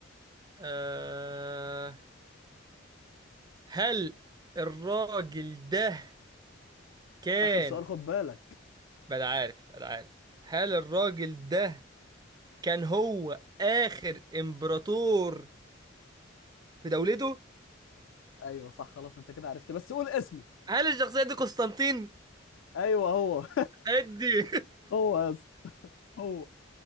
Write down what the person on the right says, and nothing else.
أه هل الراجل ده كان
بلا عارف بلا عارف هل الراجل ده كان هو آخر إمبراطور في دولته
هل الشخصية دي قسطنطين
أدي